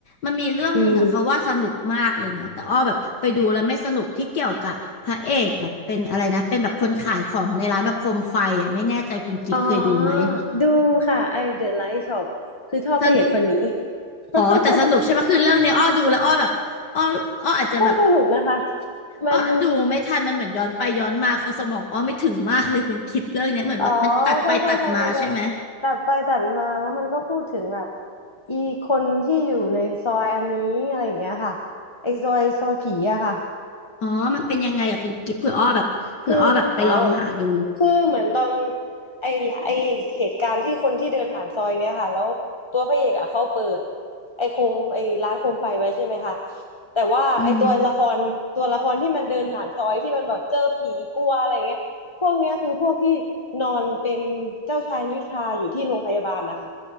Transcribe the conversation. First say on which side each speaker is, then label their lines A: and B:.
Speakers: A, on the left; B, on the left.
A: มันมีเรื่องหนึ่งอะเขาว่าสนุกมากเลยนะแต่อ้อแบบไปดูแล้วไม่สนุกที่เกี่ยวกับพระเอกแบบเป็นอะไรนะเป็นแบบคนขายของในร้านแบบโคมไฟอะไม่แน่ใจคุณกิฟต์เคยดูไหม
B: มีอ๋อดูค่ะไอ The Light Shop คือชอบพระเอกคนนี้
A: สน
B: <laughs>
A: อ๋อแต่สนุกใช่ไหมคือเรื่องเนี้ยอ้อดูแล้วอ้อแบบอ้ออ้ออาจจะแบบ
B: ก็สนุกนะคะมัน
A: อ้อดูไม่ทันมันเหมือนย้อนไปย้อนมาคือสมองอ้อไม่ถึงมากเลยคุณกิฟต์เรื่องเนี้ยเหมือนแบบมันตัดไปตัดมาใช่ไหม
B: อ๋อใช่ใช่ใช่มันจะตัดไปตัดมาแล้วมันก็พูดถึงแบบอีคนที่อยู่ในซอยอันนี้อะไรอย่างเงี้ยค่ะไอซอยซอยผีอะค่ะ
A: อ๋อมันเป็นยังไงอะคุณกิฟต์เผื่ออ้อแบบเผื่ออ้อแบบไปลองหาดู
B: คืออ๋อ คือเหมือนตอนไอ้ไอ้เหตุการณ์ที่คนที่เดินผ่านซอยเนี้ยค่ะแล้วตัวพระเอกอ่ะเขาเปิดไอ้โคมไอ้ร้านโคมไฟไว้ใช่ไหมคะแต่ว่าไอ้ตัวละครตัวละครที่มันเดินผ่านซอยที่มันแบบเจอผีกลัวอะไรเงี้ยพวกเนี้ยคือพวกที่นอนเป็นเจ้าชายนิทราอยู่ที่โรงพยาบาลนะคะ
A: อือหือ